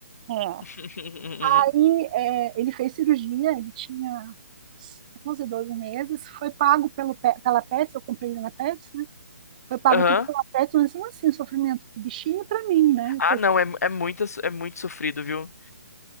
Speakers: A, on the right (about 30°); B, on the left (about 70°).
A: É.
B: <laughs>
A: Aí é, ele fez cirurgia, ele tinha uns 11, 12 meses, foi pago pelo, Pe- pela Pets, eu comprei ele na Pets, Foi pago
B: Aham.
A: tudo pela Pets, mas não assim, o sofrimento do bichinho é para mim, né?
B: Ah, não, é, é muito, é muito sofrido, viu?